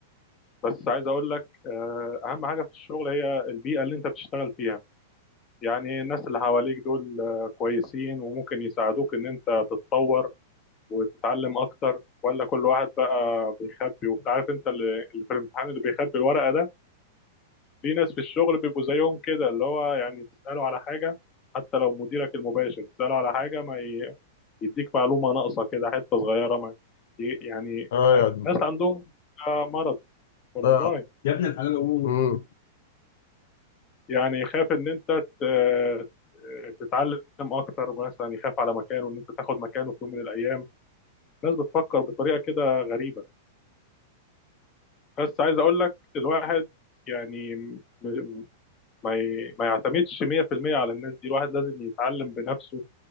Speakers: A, on the left; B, on the left.
A: بس عايز اقول لك آه، اهم حاجه في الشغل هي البيئه اللي انت بتشتغل فيها يعني الناس اللي حواليك دول آه، كويسين وممكن يساعدوك ان انت تتطور وتتعلم اكتر ولا كل واحد بقى بيخبي وانت عارف انت اللي اللي في الامتحان اللي بيخبي الورقه ده في ناس في الشغل بيبقوا زيهم كده اللي هو يعني تساله على حاجه حتى لو مديرك المباشر تساله على حاجه ما يديك معلومة ناقصة كده حتة صغيرة ما ي- يعني
B: اه يعني
A: ناس عندهم مرض والله
B: اه يا ابن الحلال قول مم.
A: يعني يخاف ان انت ت- تتعلم اكتر مثلا يخاف على مكانه ان انت تاخد مكانه في يوم من الايام الناس بتفكر بطريقة كده غريبة بس عايز اقول لك الواحد يعني م- م- ما ي- ما يعتمدش 100% على الناس دي الواحد لازم يتعلم بنفسه